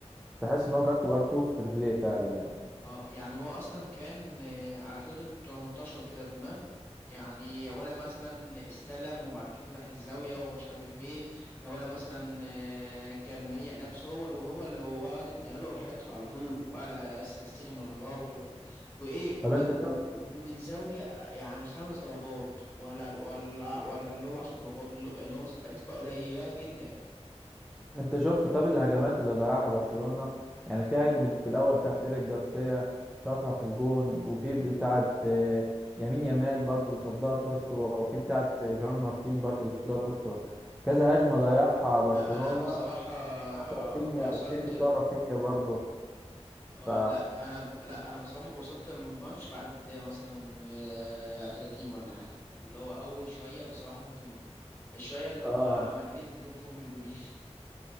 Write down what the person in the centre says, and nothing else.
تحس إن هو مركب أرتو في رجليه فعلا يعني
طب أنت شفت
انت شفت طب الهجمات اللي ضيعها برشلونة يعني في هجمة في الاول بتاعت ايريك جارسيا شاطها في الجون وفي بتاعت آه، يمين يمال برضو اللي صدها كورتوا وفي بتاعت آه، جان مارتين برضو اللي صدها كورتوا كذا هجمة ضيعها برشلونة
بتاعت رافينيا
اتنين بتوع رافينيا برضو
ف
اه